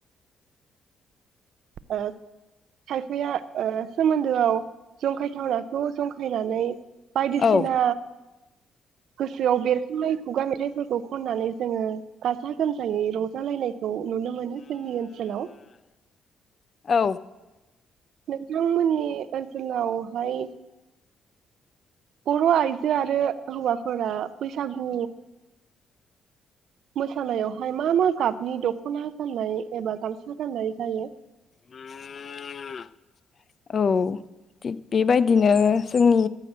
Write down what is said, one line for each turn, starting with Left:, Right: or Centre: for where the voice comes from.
Right: ओ खायफाया ओ सोमोन्दोआव जंखायथावनाखौ जंखायनानै बायदिसिना
Left: औ
Right: गोसोआव बेरखांनाय खुगा मेथाइफोरखौ खननानै जोङो गाजा गोमजायै रंजालायनाय खौ नुनो मोनो जोंनि ओनसोलाव
Left: औ
Right: नोंथांमोननि ओनसोलावहाय बर' आइजो आरो हौवाफोरा बैसागु मोसानायावहाय मा मा गाबनि दख'ना गाननाय एबा गामसा गाननाय जायो
Left: उम औ थिग बेबायदिनो जोंनि